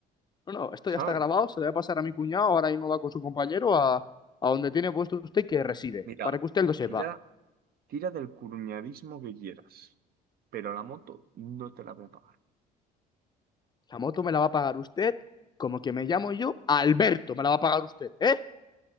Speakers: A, on the left (about 25°); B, on the right (about 65°).
A: No, no, esto
B: ¿sabes?
A: ya está grabado, se lo voy a pasar a mi cuñado, ahora mismo va con su compañero a, a donde tiene puesto usted que reside,
B: Mira,
A: para que usted lo sepa.
B: tira, tira del curuñadismo que quieras, pero la moto no te la voy a pagar.
A: La moto me la va a pagar usted, como que me llamo yo, Alberto, me la va a pagar usted, ¿eh?